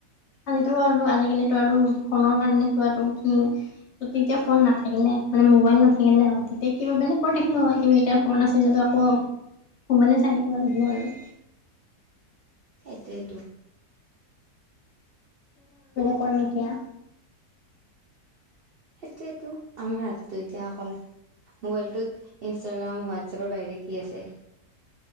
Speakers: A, on the left; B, on the right.
A: আজিতো আৰু আজিকালিতো আৰু ফোনৰ কাৰণে থোৱাতটো কি ত এতিয়া ফোন নাথাকিলে। মানে মোবাইল নাথাকে নে তেতিয়া কিবা বেলেগ কৰি দেখিলো হয় কিন্তু এতিয়া ফোন আছে। যটো আকৌ মোবাইলে চাই থাকিব লাগিব। আৰু
B: এইটোৱে টো
A: উপণকীয়া-
B: সেইটোয়েতো আমাৰ হাতটো এতিয়া অকল মোবাইলটোত ইনষ্টাগ্ৰাম হোৱাটছএপৰ বাহিৰে কি আছে।